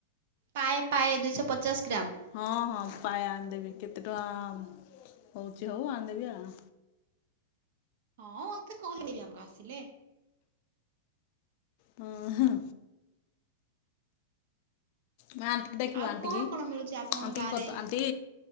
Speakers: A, on the right (about 60°); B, on the left (about 50°).
A: ପାଏ ପାଏ ଦୁଇଶହ ପଚାଶ ଗ୍ରାମ।
B: ହଁ ହଁ ପାଏ ଆଣିଦେବି କେତେ ଟଙ୍କା ହଉଛି ହଉ ଆଣିଦେବି ଆଉ।
A: ହଁ ମତେ କହିବେ ଆମକୁ ଆସିଲେ।
B: ହଁ-ହଁ। ମା ଆଣ୍ଟିିକି ଡାକିବ
A: ଆଉ
B: ଆଣ୍ଟିିକି
A: କଣ କଣ ମିଳୁଛି ଆପଣଙ୍କ
B: ଆଣ୍ଟିିକ
A: ଗାଁରେ
B: ଗତ ଆଣ୍ଟିି।